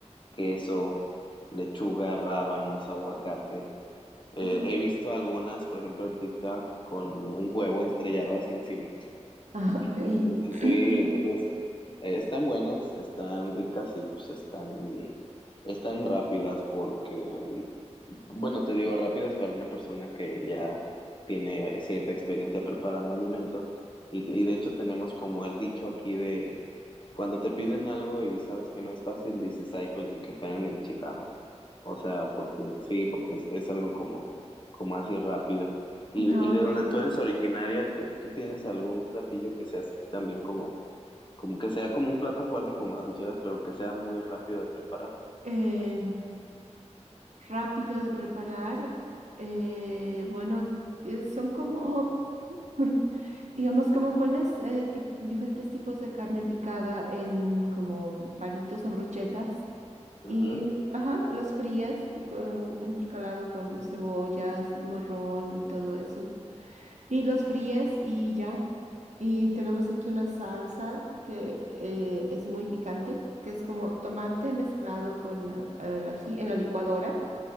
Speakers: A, on the left; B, on the right.
A: queso, lechuga, rábanos, aguacate. Eh,
B: mm.
A: he visto algunas, por ejemplo, en TikTok, con un huevo estrellado así encima.
B: Ah, ok.
A: Entonces,
B: <clears throat>
A: sí, entonces Eh, están buenas, están ricas y pues están, están rápidas porque, mm, bueno, te digo rápidas para una persona que ya tiene cierta experiencia preparando alimentos y, y de hecho tenemos como el dicho aquí de cuando te piden algo y sabes que no es fácil, dices, ay, pues ni que fueran enchiladas. O sea, porque sí, porque es, es algo como, como así rápido. Y,
B: No,
A: y de
B: Ok.
A: donde tú eres originaria, ¿tú, tú tienes algún platillo que sea así también como como que sea como un plato fuerte como las enchiladas, pero que sea muy rápido de preparar.
B: Em, rápido de preparar. Eh, bueno, eh, son como, <laughs> digamos, como pones eh, tip- diferentes tipos de carne picada en como palitos o brochetas.
A: Ujú,
B: Y, ajá, los frías con- intercalado con cebollas, morrón y todo eso. Y los fríes y ya. Y tenemos aquí una salsa que eh, es muy picante, que es como tomate mezclado con eh, el ají en la licuadora